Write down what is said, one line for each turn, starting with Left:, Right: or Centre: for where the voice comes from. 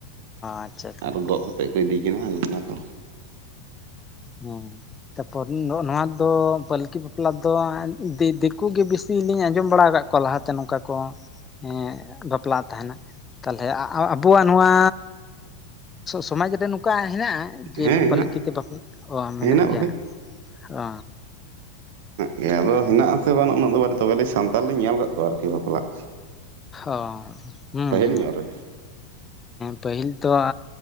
Left: ᱟᱪᱪᱷᱟ ᱟᱪᱪᱷᱟ
Right: ᱟᱨ ᱜᱚᱜ ᱠᱟᱛᱮ ᱠᱚ ᱤᱫᱤ ᱠᱤᱱᱟ ᱚᱱᱟ ᱠᱚ
Left: ᱦᱮᱸ ᱛᱟᱨᱯᱚᱨ ᱱᱚᱣᱟ ᱫᱚ ᱯᱟᱹᱞᱠᱤ ᱵᱟᱯᱞᱟᱹ ᱫᱚ ᱫᱤᱠᱩ ᱜᱮ ᱵᱤᱥᱤ ᱞᱤᱧ ᱟᱸᱡᱚᱢ ᱵᱟᱲᱟ ᱟᱠᱟᱫ ᱠᱚᱣᱟ ᱞᱟᱦᱟᱛᱮ ᱱᱚᱝᱠᱟ ᱠᱚ ᱠᱚ ᱵᱟᱯᱞᱟᱜ ᱛᱟᱦᱮᱱᱟ ᱛᱟᱦᱚᱞᱮ ᱟᱵᱚᱣᱟᱜ ᱱᱚᱣᱟ ᱥᱚᱢᱟᱡᱽ ᱨᱮ ᱱᱚᱝᱠᱟ ᱦᱮᱱᱟᱜ ᱡᱮ
Right: ᱦᱮᱸ
Left: ᱯᱟᱹᱞᱟᱹᱠᱤ
Right: ᱦᱮᱱᱟᱜ
Left: ᱛᱮ ᱵᱟᱹᱦᱩ ᱚ ᱢᱮᱱᱟᱜ
Right: ᱦᱮᱱᱟᱜ
Left: ᱜᱮᱭᱟ ᱚ
Right: ᱦᱮ ᱟᱜ ᱜᱟ ᱟᱫᱚ ᱢᱮᱱᱟᱜᱮᱱᱟᱜ ᱟᱥᱮ ᱵᱟᱝᱩᱜ ᱩᱱᱟᱹᱜ ᱫᱚ ᱛᱮ ᱥᱟᱱᱛᱟᱞ ᱞᱤᱧ ᱧᱮᱞ ᱟᱠᱟᱫ ᱠᱚᱣᱟ ᱟᱨᱠᱤ ᱵᱟᱯᱞᱟᱜ
Left: ᱚ ᱦᱩ
Right: ᱯᱟᱹᱦᱤᱞ
Left: ᱦᱩ
Right: ᱧᱚᱜ ᱨᱮ
Left: ᱯᱟᱹᱦᱤᱞ ᱫᱚ